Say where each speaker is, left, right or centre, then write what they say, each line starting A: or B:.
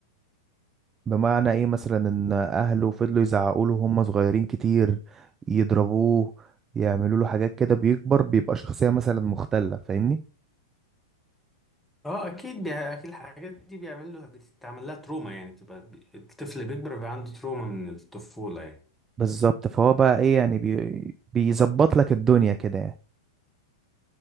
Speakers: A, on the right (about 20°); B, in the centre.
A: بمعنى ايه مثلا ان اهله فضلوا يزعقوا له هم صغيرين كتير يضربوه يعملوا له حاجات كده بيكبر بيبقى شخصية مثلا مختلة فاهمني
B: اه اكيد بي... اكيد الحاجات دي بيعمل له بتتعمل لها تروما يعني تبقى بي- الطفل بيكبر بيبقى عنده تروما من الطفولة يعني
A: بالظبط فهو بقى ايه يعني بي... بيظبط لك الدنيا كده يعني